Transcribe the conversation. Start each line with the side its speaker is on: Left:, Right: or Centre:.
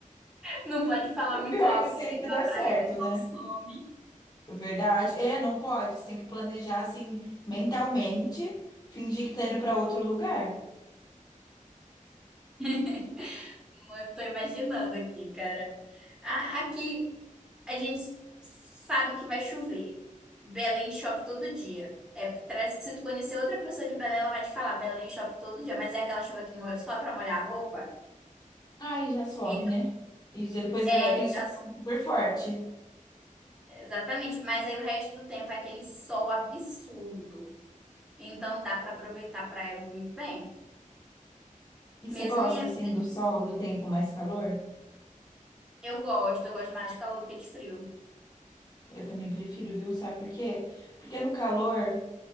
Centre: Não pode falar
Left: E o
Centre: muito
Left: pior
Centre: alto,
Left: é que sempre
Centre: porque é pra
Left: dá
Centre: praia
Left: certo,
Centre: que o sol
Left: né?
Centre: some.
Left: É Verdade. É, não pode. Você tem que planejar assim, mentalmente, fingir que tá indo pra outro lugar.
Centre: <laughs> Eu tô imaginando aqui, cara. A- Aqui, A gente sabe que vai chover. Belém chove todo dia. É, tra- se tu conhecer outra pessoa de Belém, ela vai te falar, Belém chove todo dia, mas é aquela chuva que molha só pra molhar a roupa.
Left: Aí já some,
Centre: Então,
Left: né? E já- depois
Centre: é,
Left: já dá aquele sol
Centre: dá-
Left: super forte.
Centre: exatamente. Mas aí o resto do tempo é aquele sol absurdo. Então dá pra aproveitar a praia muito bem.
Left: E você
Centre: Mesmo
Left: gosta,
Centre: em época
Left: assim,
Centre: de...
Left: do sol, do tempo mais calor?
Centre: Eu gosto, eu gosto mais de calor do que de frio.
Left: Eu também prefiro, viu? Sabe por quê? Porque no calor,